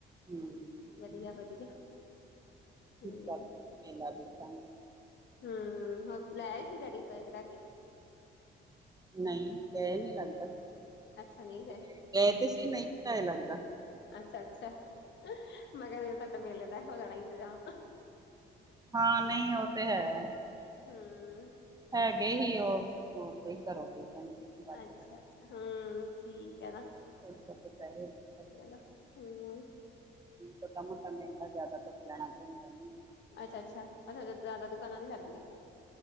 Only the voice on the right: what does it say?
ਹੂੰ
ਕੱਲ ਮੇਲਾ ਦੇਖਾਂਗੇ।
ਨਹੀਂ, ਗਏ ਨੀ ਲੱਗਦਾ '
<inaudible>
'
ਗਏ 'ਤੇ ਸੀ ਨਹੀਂ ਕਢਾਏ ਲੱਗਦਾ।
ਹਾਂ, ਨਹੀਂ ਉਹ 'ਤੇ ਹੈ।
ਹੈਗੇ ਹੀ ਉਹ, ਨਹੀਂ ਘਰੋਂ ਦੇ ਦੇਣਗੇ। ਬਾਅਦ
ਚ
ਹੋਰ ਪੈਸੇ ਪੈ ਜਾਂਦੇ।
ਛੋਟਾ-ਮੋਟਾ ਮੇਲਾ ਜਿਆਦਾ ਕੁੱਛ ਲੈਣਾ 'ਤੇ ਹੁੰਦਾ ਨੀ।